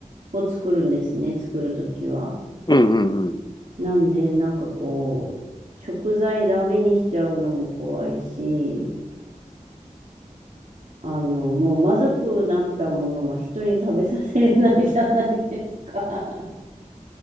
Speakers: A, on the right; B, on the left.
A: を作るんですね、作るときは。
B: うん、うん。
A: なんで、なんかこう、食材ダメにしちゃうのも怖いし、あの、もうまずくなったものは人に食べさせれないじゃないですか。<laughs>